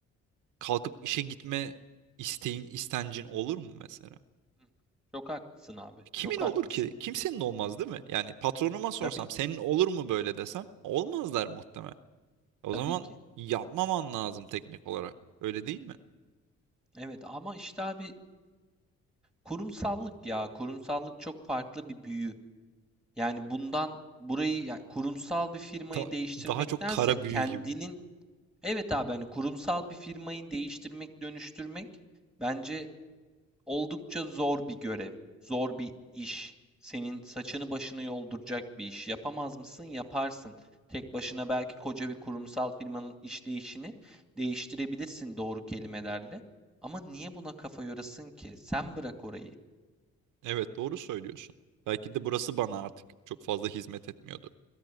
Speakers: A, on the right; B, in the centre.
A: kalkıp işe gitme isteğin istencin olur mu mesela?
B: hı. Çok haklısın abi.
A: Kimin
B: Çok
A: olur
B: haklısın.
A: ki? Kimsenin olmaz değil mi? Yani patronuma sorsam
B: Tabii ki.
A: senin olur mu böyle desem olmazlar muhtemelen. O
B: Tabii
A: zaman
B: ki.
A: yapmaman lazım teknik olarak. Öyle değil mi?
B: Evet ama işte abi kurumsallık ya. Kurumsallık çok farklı bir büyü. Yani bundan burayı yani kurumsal bir firmayı
A: Da-
B: değiştirmektense
A: daha çok kara büyü
B: kendinin
A: gibi.
B: evet abi hani kurumsal bir firmayı değiştirmek, dönüştürmek bence Oldukça zor bir görev, zor bir iş. Senin saçını başını yolduracak bir iş. Yapamaz mısın? Yaparsın. Tek başına belki koca bir kurumsal firmanın işleyişini değiştirebilirsin doğru kelimelerle. Ama niye buna kafa yorasın ki? Sen bırak orayı.
A: Evet doğru söylüyorsun. Belki de burası bana artık çok fazla hizmet etmiyordur.